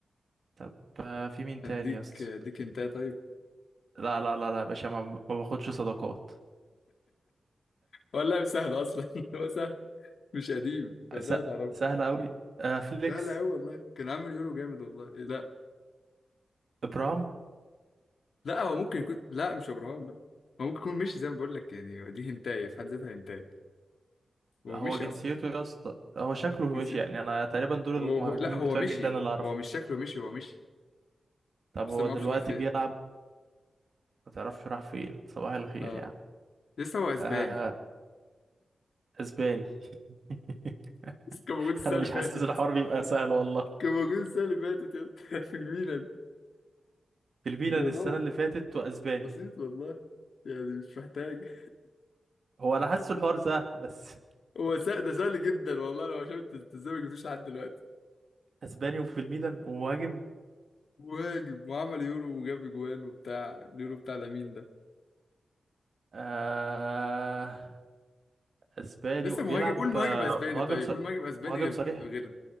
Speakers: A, on the right (about 60°); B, on the left (about 75°).
A: طب آه في مين تاني
B: اديك
A: يا اسطى
B: اديك انت طيب
A: لا لا لا لا يا باشا ما, ما باخدش صداقات
B: هو اللاعب سهل اصلا <laughs> هو سهل مش قديم فسهل
A: س...
B: تعرف
A: سهل قوي آه فليكس
B: لا لا هو والله كان عامل يورو جامد والله إيه، لا
A: ابرام
B: لا هو ممكن يكون لا مش ابراهام لا هو ممكن يكون مشي زي ما بقول لك يعني دي هنتايه في حد ذاتها هنتايه هو
A: هو
B: مشي
A: جنسيته
B: اصلا
A: يا اسطى هو شكله ماشي
B: جنسي-
A: يعني انا تقريبا دول المهاجمين
B: هو, هو لا هو
A: بتوع
B: مشي
A: الميلان
B: هو,
A: اللي
B: هو
A: اعرفه
B: مش شكله مشي هو مشي
A: طب
B: بس
A: هو
B: أنا ما
A: دلوقتي
B: اعرفش راح فين
A: بيلعب ما تعرفش راح فين صباح الخير
B: اه
A: يا عم
B: لسه هو اسباني
A: آه اسباني <laughs>
B: <laughs> بس كان موجود السنه
A: انا
B: اللي
A: مش
B: فاتت
A: حاسس الحوار بيبقى سهل والله
B: كان موجود السنة اللي فاتت يا اسطى <laughs> في الميلان
A: في الميلان
B: الموضوع
A: السنة اللي فاتت واسباني
B: بسيط والله يعني مش محتاج <laughs>
A: هو انا حاسس الحوار سهل بس <laughs>
B: هو سهل ده سهل جدا والله لو شفت انت ازاي ما جبتوش لحد دلوقتي
A: اسباني وفي الميلان ومهاجم
B: مهاجم وعمل يورو وجاب اجوان وبتاع اليورو بتاع لامين ده
A: آه اسباني
B: لسه
A: بيلعب
B: مهاجم قول مهاجم
A: آه،
B: اسباني
A: مهاجم
B: طيب
A: صر...
B: قول مهاجم اسباني
A: مهاجم
B: غير
A: صريح
B: غير